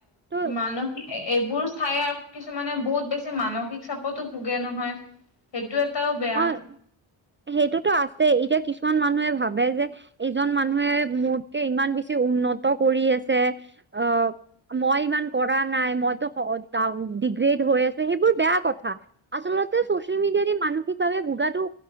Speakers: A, on the right; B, on the left.
A: ত
B: মানসিক এইবোৰ চাই আৰু কিছুমানে বহুত বেছি মানসিক চাপতো ভোগে নহয়, সেইটো এটাও বেয়া।
A: অ সেইটোতো আছে এতিয়া কিছুমান মানুহে ভাবে যে এইজন মানুহে মোতকে ইমান বেছি উন্নত কৰি আছে আ মই ইমান কৰা নাই মইতো ডিগ্ৰেড হৈ আছোঁ সেইবোৰ বেয়া কথা। আচলতে ছ'চিয়েল মিডিয়া দি মানুহ ভোগাতো